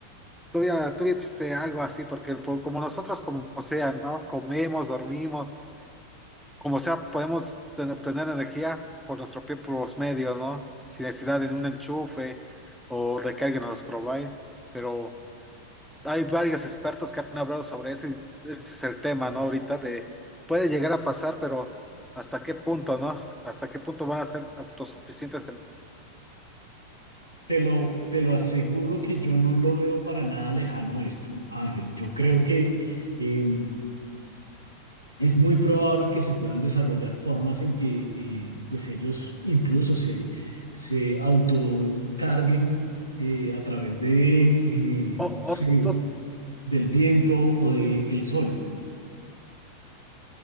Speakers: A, in the centre; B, on the right.
A: Todavía, todavía existe algo así, porque por- como nosotros, como sea, ¿no? Comemos, dormimos como sea, podemos ten- tener energía por nuestros propios medios, ¿no? Sin necesidad de un enchufe o de que alguien nos provee. Pero hay varios expertos que han hablado sobre eso y ese es el tema, ¿no? Ahorita de puede llegar a pasar, pero ¿hasta qué punto, no? ¿Hasta qué punto van a ser autosuficientes en
B: Te lo, te lo aseguro que yo no lo veo para nada lejano esto, Ángel. Yo creo que em, es muy probable que se puedan desarrollar formas en que eh, pues ellos incluso se, se autocarguen eh, a través de,
A: o-
B: eh, sí,
A: o- to-
B: del viento o del sol.